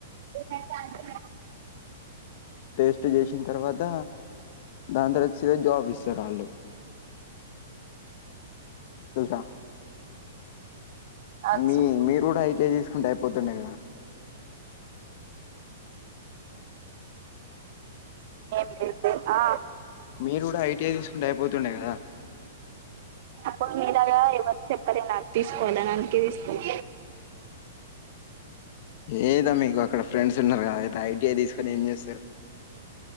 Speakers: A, on the right; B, on the left.
A: ఈమైతే అంటున్నది
B: టేస్ట్ జేసషిన్ తర్వాత దాన్ తర <unintelligible> వ <unintelligible> చ్చ జాబ్ ఇస్తరాళ్ళు తెల్సా
A: అచ్చా
B: ఐమీ మీరు గుడ ఐటీఐ తీసుకుంటైపోతుండే గదా
A: ఏమిటి ఇది ఆ
B: మీరు కూడా ఐటీఐ తీసుకుంటే అయిపోతుండే కదా
A: అప్పుడు మీలాగా ఎవరు చెప్పలే నాకు తీసుకోవాలని అందుకే తీసుకున్న
B: ఏదా మీకు అక్కడ ఫ్రెండ్స్ ఉన్నారు కదా అయితే ఐటీఐ తీసుకొని ఏం చేస్తారు